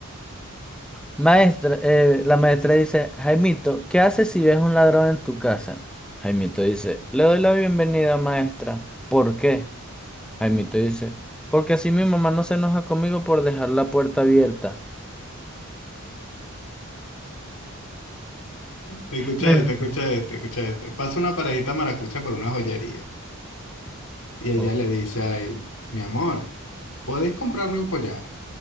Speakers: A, in the centre; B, on the left.
A: Maestra, eh, la maestra dice, Jaimito, ¿qué haces si ves un ladrón en tu casa? Jaimito dice, le doy la bienvenida, maestra. ¿Por qué? Jaimito dice, porque así mi mamá no se enoja conmigo por dejar la puerta abierta.
B: Escucha
A: <laughs>
B: este, escucha este, escucha este. Pasa una parejita maracucha por una joyería y ella
A: Oh.
B: le dice a él, mi amor, ¿podéis comprarme un collar?